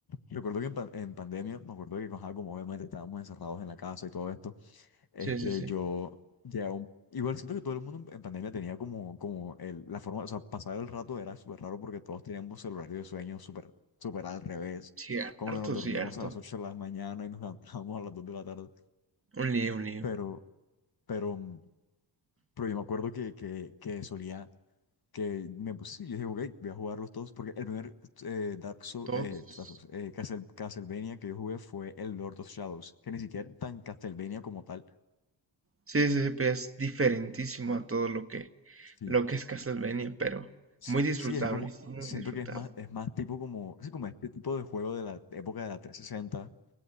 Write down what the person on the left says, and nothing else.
Recuerdo que en, pan- en pandemia, me acuerdo que ajá, como obviamente estábamos encerrados en la casa y todo esto Este,
yo ya un- igual siento que todo el mundo en pandemia tenía como, como el, la forma, o sea, pasar el rato era súper raro porque todos teníamos el horario de sueño súper, súper al revés.
Como que nos dormíamos
a las 8 de la mañana y nos <laughs> levantábamos a las 2 de la tarde.
Pero, pero, mm, pero yo me acuerdo que, que, que solía, que me puse, yo dije, ok, voy a jugarlos todos porque el primer eh, Dark Souls,
eh, Dark Souls, eh, Castle- Castlevania que yo jugué fue el Lord of Shadows, que ni siquiera es tan Castlevania como tal.
Sí.
Sí,
sí, es como,
siento
que es más, es más tipo como, sí, como este tipo de juego de la época de la trescientos sesenta